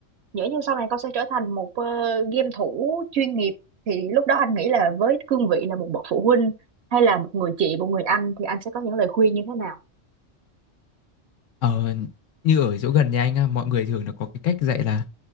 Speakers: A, on the right; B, on the left.
A: Nhỡ như sau này con sẽ trở thành một ờ, game thủ chuyên nghiệp, thì lúc đó anh nghĩ là với cương vị là một bậc phụ huynh hay là một người chị, một người anh thì anh sẽ có những lời khuyên như thế nào?
B: Ờ, như ở chỗ gần nhà anh á, mọi người thường là có cái cách dạy là